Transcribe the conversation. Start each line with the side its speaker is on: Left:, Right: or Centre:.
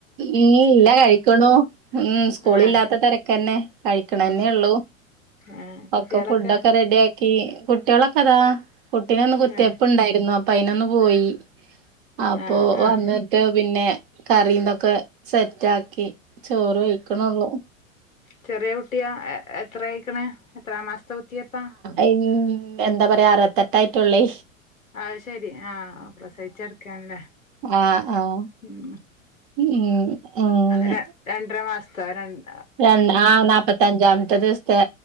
Right: ഉം ഇല്ല കഴിക്കണു ഉം സ്കൂളില്ലാത്ത
Left: ആഹ്
Right: തെരക്കന്നെ കഴിക്കണന്നെ
Left: ഉം
Right: ഒള്ളൂ
Left: ആഹ് കുട്ടികളൊക്കെ
Right: ഒക്കെ ഫുഡൊക്കെ റെഡി ആക്കി കുട്ടികളൊക്കെ അതാ കുട്ടീനിന്ന് കുത്തിവെപ്പ്
Left: ആഹ്
Right: ഇണ്ടായിരുന്നു അപ്പൊ അയിനൊന്ന് പോയി അപ്പൊ
Left: ആഹ്
Right: വന്നിട്ട്
Left: ആഹ്
Right: പിന്നെ കറീംതൊക്കെ സെറ്റാക്കി ചോറ് കഴിക്കണള്ളോ
Left: ചെറ്യേ കുട്ടിയാ എത്ര ആയിക്കണ് എത്രാം മാസത്തെ കുത്തിവെപ്പാ?
Right: ഉം എന്താ പറയാ അറവത്തെട്ട് ആയിട്ടൊള്ളേ
Left: അത് ശെരി ആഹ് പ്രസവിച്ച് കെടക്കാണല്ലേ?
Right: ആഹ് ആഹ്
Left: ഉം
Right: ഉം അങ്ങനെ
Left: ര രണ്ടര മാസത്തേ രണ്ട
Right: രൺ ആഹ് നാപ്പത്തഞ്ചാമത്തെ ദിവസത്തെ